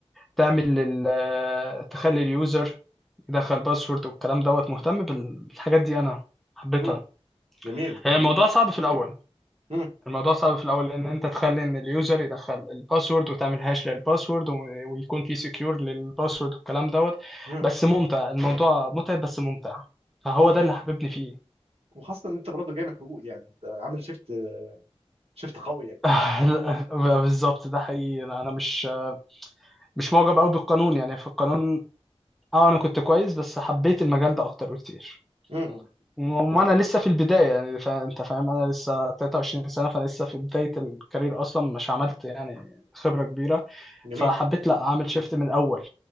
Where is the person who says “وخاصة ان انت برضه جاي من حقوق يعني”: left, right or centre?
Right